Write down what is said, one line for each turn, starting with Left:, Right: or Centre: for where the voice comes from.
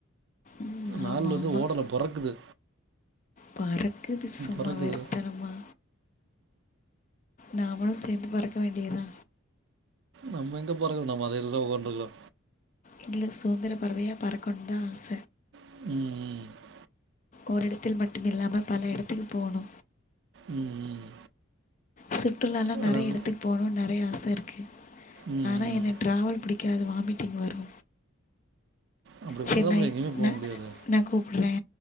Left: ம்
Right: நாள்
Left: ஆமாம்
Right: வந்து
Left: ஆமாம்
Right: ஓடல பொறக்குது
Left: பறக்குது சும்மா
Right: பறக்குது
Left: வெறித்தனமா நாமளு சேந்து பறக்க வேண்டிதா
Right: நம்ம எங்க பறக்குறோ நம்ம அதே இதுலதா ஓடிருக்குறோ
Left: எங்களுக் சுதந்திர பறவையா பறக்கணுன் தா ஆச
Right: ம் ம்
Left: ஓரிடத்தில் மட்டும் இல்லாமல் பல இடத்துக்கு போணு
Right: ம் ம்
Left: சுற்றுலாலா நெறைய
Right: அதனால்
Left: எடத்துக் போணுன் நெறைய ஆச இருக்கு
Right: ம்
Left: ஆனா
Right: ம்
Left: என்ன ட்ராவல் பிடிக்காது வாமிட்டிங் வரு
Right: அப்படி
Left: சேர்
Right: பார்த்தா
Left: நைட்
Right: அப்புறம் எங்கேயுமே போக
Left: நா
Right: முடியாது
Left: நா கூப்புற்றே